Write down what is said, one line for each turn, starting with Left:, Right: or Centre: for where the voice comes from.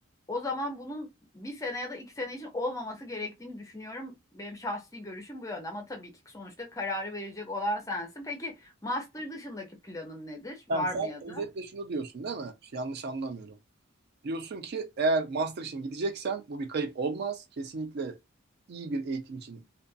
Left: O zaman bunun bir sene ya da iki sene için olmaması gerektiğini düşünüyorum. Benim şahsi görüşüm bu yönde ama tabii ki sonuçta kararı verecek olan sensin. Peki master dışındaki planın nedir? Var
Right: Yani sen
Left: mı ya da?
Right: özetle şunu diyorsun değil mi? Yanlış anlamıyorum. Diyorsun ki eğer master için gideceksen bu bir kayıp olmaz. Kesinlikle iyi bir eğitim için